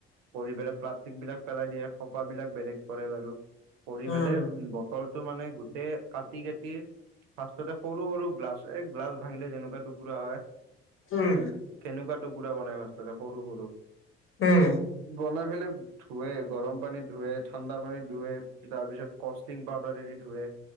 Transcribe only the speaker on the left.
উম
উম
উম